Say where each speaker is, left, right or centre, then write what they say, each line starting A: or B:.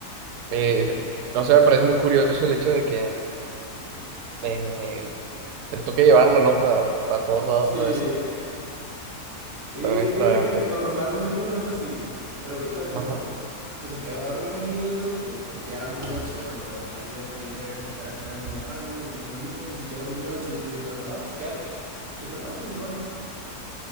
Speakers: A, on the right; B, on the right.
A: eh, no sé, me parece muy curioso el hecho de que eh, te toque llevarlo, ¿no? Para, para todos lados
B: Sí.
A: a veces,
B: Sí,
A: tan extravagante.
B: fíjate que normalmente no es así, pero ahorita como
A: Ajá.
B: pues se quedó a dormir y eso, pues porque ya era muy noche cuando ayer, ayer pues era cumpleaños de mi papá, ¿no? Y nos vimos y ya era muy noche, entonces dijeron, no, pues quédate. Y dijo, no, pues Simón.